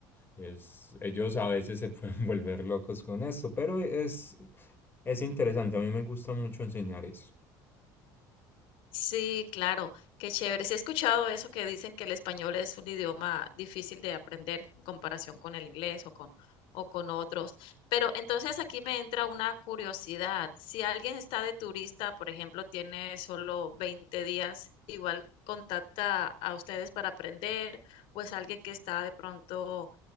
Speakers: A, on the left; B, on the left.
A: es, ellos a veces se pueden <laughs> volver locos con esto, pero es, es interesante, a mí me gusta mucho enseñar eso.
B: Sí, claro, qué chévere. Sí he escuchado eso que dicen que el español es un idioma difícil de aprender en comparación con el inglés o con, o con otros. Pero entonces aquí me entra una curiosidad. Si alguien está de turista, por ejemplo, tiene solo 20 días, igual contacta a ustedes para aprender o es alguien que está de pronto